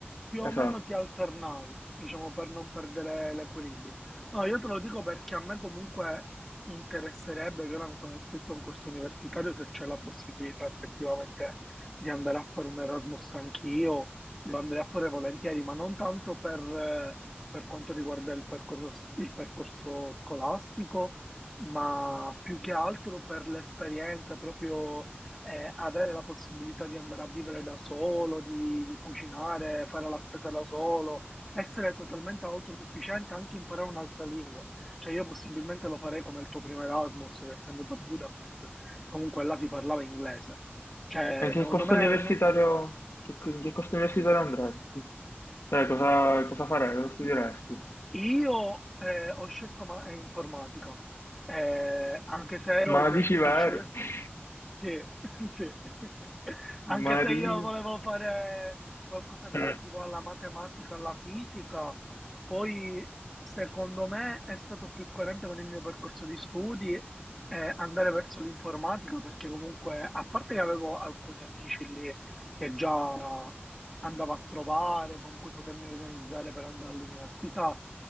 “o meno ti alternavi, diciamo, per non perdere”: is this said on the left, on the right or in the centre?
Centre